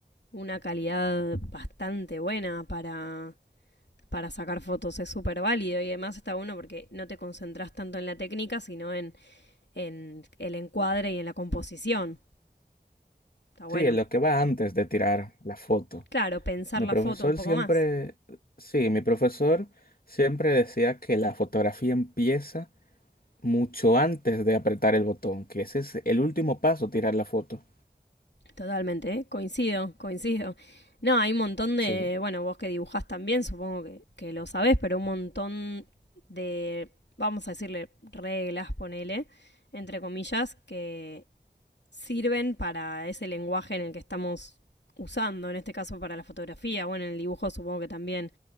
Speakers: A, on the left; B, on the left.
A: una calidad bastante buena para, para sacar fotos. Es súper válido y además está bueno porque no te concentras tanto en la técnica, sino en en el encuadre y en la composición. Está bueno.
B: Sí, es lo que va antes de tirar la foto.
A: Claro, pensar
B: Mi
A: la
B: profesor
A: foto un poco
B: siempre,
A: más.
B: sí, mi profesor siempre decía que la fotografía empieza mucho antes de apretar el botón, que ese es el último paso, tirar la foto.
A: Totalmente, ¿eh? coincido, coincido. No, hay un montón de,
B: Sí.
A: bueno, vos que dibujás también, supongo que, que lo sabés, pero un montón de, vamos a decirle, reglas, ponele, entre comillas, que sirven para ese lenguaje en el que estamos usando, en este caso para la fotografía, bueno, el dibujo supongo que también